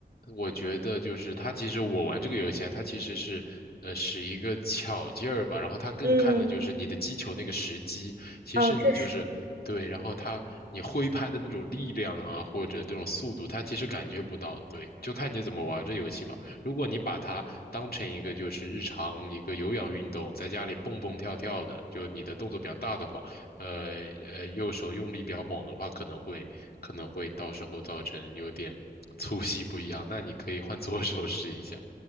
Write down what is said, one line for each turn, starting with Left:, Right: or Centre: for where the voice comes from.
Left: 我觉得就是它其实我玩这个游戏啊，它其实是，呃，使一个巧劲儿吧。然后它更看的就是你的击球那个时机，
Right: 嗯，
Left: 其实你就是对，
Right: 嗯，确实。
Left: 然后它你挥拍的那种力量啊，或者那种速度，它其实感觉不到。对，就看你怎么玩这游戏吧。如果你把它当成一个就是日常一个有氧运动，在家里蹦蹦跳跳的，就你的动作比较大的话。呃呃右手用力比较猛的话，可能会可能会到时候造成有点粗细不一样。那你可以换左手试一下。